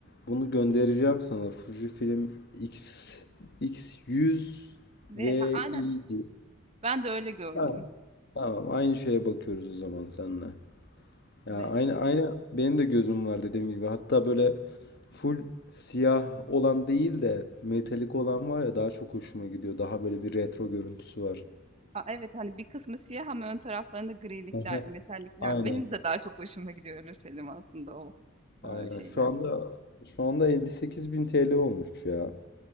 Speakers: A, on the left; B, on the right.
A: bunu göndereceğim sana. Fujifilm X X100
B: Ve
A: ve
B: Ha, aynen.
A: iyiydi.
B: Ben de öyle gördüm.
A: Ha, tamam aynı şeye bakıyoruz o zaman seninle. Ya
B: Evet.
A: aynı aynı benim de gözüm var dediğim gibi. Hatta böyle full siyah olan değil de metalik olan var ya daha çok hoşuma gidiyor. Daha böyle bir retro görüntüsü var.
B: A, evet, hani bir kısmı siyah ama ön taraflarında grilikler,
A: Aha,
B: metallikler.
A: Aynen.
B: Benim de daha çok hoşuma gidiyor öyle söyleyeyim aslında o
A: Aynen.
B: e, şeyler.
A: Şu anda şu anda 58 bin TL olmuş ya.